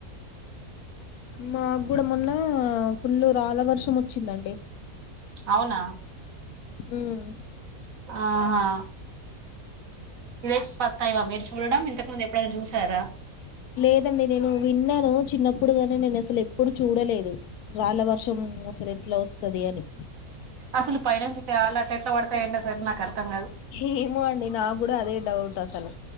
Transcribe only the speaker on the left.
మాకు కూడా మొన్న ఫుల్లు రాళ్ల వర్షం వచ్చిందండి
హ్మ్మ్
లేదండి నేను విన్నాను చిన్నప్పుడుగానే నేను అసలు ఎప్పుడు చూడలేదు రాళ్ల వర్షం అసలు ఎట్లా వస్తుంది అని
ఏమో అండి నా కూడా అదే డౌట్ డౌట్ అసలు